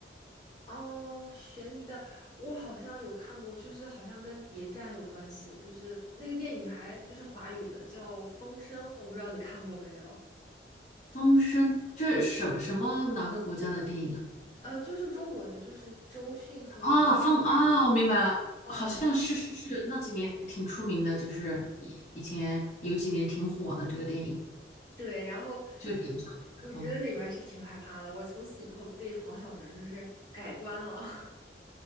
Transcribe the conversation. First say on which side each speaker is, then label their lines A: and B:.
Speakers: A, on the left (about 25°); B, on the left (about 40°).
A: 哦，悬疑的，我好像有看过，就是好像跟谍战有关系的，就是那个电影还就是华语的，叫《风声》，我不知道你看过没有？
B: 风声》，这是什什么哪个国家的电影啊？
A: 呃，就是中国的，就是周迅和李冰冰演的。
B: 啊，风啊，我明白了，
A: 哦，
B: 好像是是是，那几年挺出名的，就是以以前有几年挺火的这个电影，
A: 对，然后
B: 就点上那的哦。
A: 我觉得里面是挺害怕的，我从此以后对黄晓明就是改观了。<laughs>